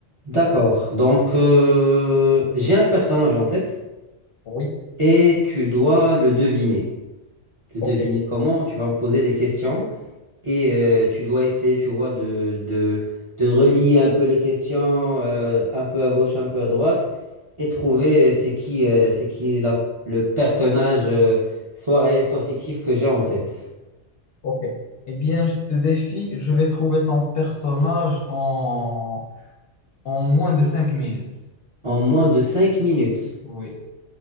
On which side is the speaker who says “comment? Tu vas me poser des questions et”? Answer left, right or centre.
Right